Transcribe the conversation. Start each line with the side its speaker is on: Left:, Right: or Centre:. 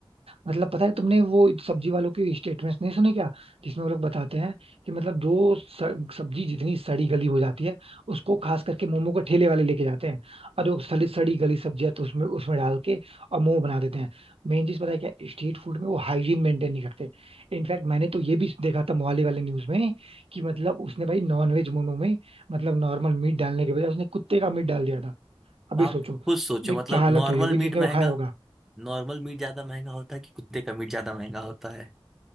Right: मतलब पता है तुमने वो सब्जी वालों की स्टेटमेंट्स नहीं सुने क्या जिसमें वो लोग बताते हैं कि मतलब जो स- सब्जी जितनी सड़ी गली हो जाती है उसको खास करके मोमो के ठेले वाले लेके जाते हैं और वो सड़ी सड़ी गली सब्जियां तो उसमें उसमें डाल के और मोमो बना देते हैं मेन चीज पता है क्या स्ट्रीट फूड में वो हाइजीन मेंटेन नहीं करते इनफैक्ट मैंने तो ये भी देखा था मोहाली वाले न्यूज में कि मतलब उसने भाई नॉनवेज मोमो में मतलब नॉर्मल मीट डालने के बजाय उसने कुत्ते का मीट डाल दिया था अभी
Centre: तो आप
Right: सोचो
Centre: खुद सोचो
Right: भाई क्या
Centre: मतलब
Right: हालत
Centre: नॉर्मल
Right: हुई होगी
Centre: मीट
Right: जिसने
Centre: महंगा
Right: वो खाया होगा
Centre: नॉर्मल मीट ज्यादा महंगा होता है कि कुत्ते का मीट ज्यादा महंगा होता है